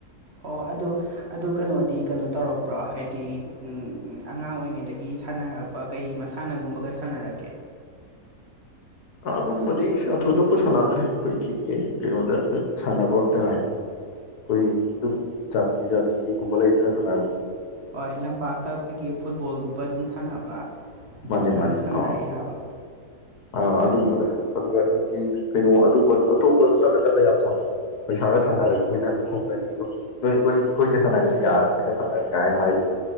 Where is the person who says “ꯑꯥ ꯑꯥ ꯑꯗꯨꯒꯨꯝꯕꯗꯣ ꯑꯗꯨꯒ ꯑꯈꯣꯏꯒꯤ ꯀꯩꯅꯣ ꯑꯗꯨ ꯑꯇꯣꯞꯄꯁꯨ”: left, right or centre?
Left